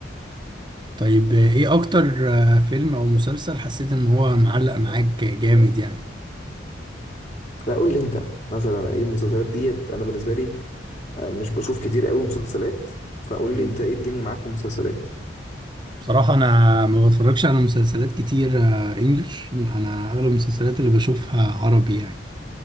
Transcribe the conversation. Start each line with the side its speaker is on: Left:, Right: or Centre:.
Right: طيب آه، ايه اكتر آه، فيلم او مسلسل حسيت ان هو معلق معاك جامد يعني
Left: لا قول لي انت مثلا ايه المسلسلات ديت انا بالنسبه لي آه، مش بشوف كتير قوي مسلسلات فقول
Right: مم.
Left: لي انت ايه الدنيا معاك في المسلسلات
Right: بصراحة انا ما بتفرجش على مسلسلات كتير آه، انجلش انا اغلب المسلسلات اللي بشوفها عربي يعني